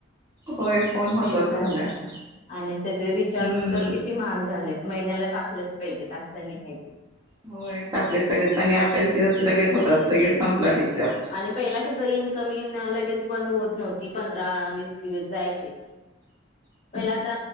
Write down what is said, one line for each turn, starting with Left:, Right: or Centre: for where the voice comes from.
Right: होय फोन- महत्वाचं
Left: ते चालेल.
Right: झालंय आता.
Left: आणि त्याचे रिचार्ज
Right: हम्म
Left: तर किती महाग झालेत महिन्याला टाकलेच पाहिजेत त असं आहे.
Right: हो टाकलेच पाहिजेत आणि अठ्ठवीस दिवस लगेच होतात लगेच संपला रिचार्ज.
Left: आणि पहिला कस इनकमिन लगेच बंद होत नव्हती पंधरा वीस दिवस जायचे.
Right: <unintelligible>
Left: पहिला आता